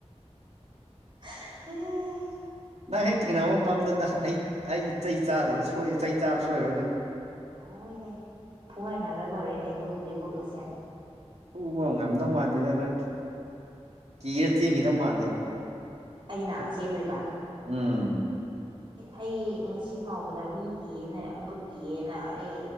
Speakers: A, on the right; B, on the right.
A: <unintelligible>
B: ꯅꯪ ꯍꯦꯛ ꯊꯦꯡꯅꯕ ꯃꯐꯝꯗ ꯅꯪ ꯑꯩ ꯑꯩꯒꯤ ꯆꯩ ꯆꯥꯗꯕ ꯁꯣꯏ ꯆꯩ ꯆꯥꯕ ꯁꯣꯏꯔꯣꯏ ꯅꯪ
A: ꯍꯣꯏꯅꯦ ꯐꯨꯒꯥꯏꯅꯔ ꯂꯣꯏꯔꯦꯅꯦ ꯑꯗꯨꯕꯨꯗꯤ ꯕꯨꯠ ꯃꯁꯦꯟ
B: ꯐꯨꯕ ꯉꯝꯗꯧ ꯃꯥꯜꯗꯦꯗ ꯅꯪ ꯀꯤꯔ ꯆꯦꯟꯈꯤꯗꯧ ꯃꯥꯜꯂꯦꯕ
A: ꯑꯩꯅ ꯆꯦꯟꯗꯣꯏꯕ
B: ꯎꯝ
A: ꯑꯩ ꯉꯁꯤ ꯐꯥꯎꯕꯗ ꯃꯤ ꯀꯤꯌꯦꯅ ꯕꯨꯠ ꯀꯤꯌꯦꯅ ꯑꯩ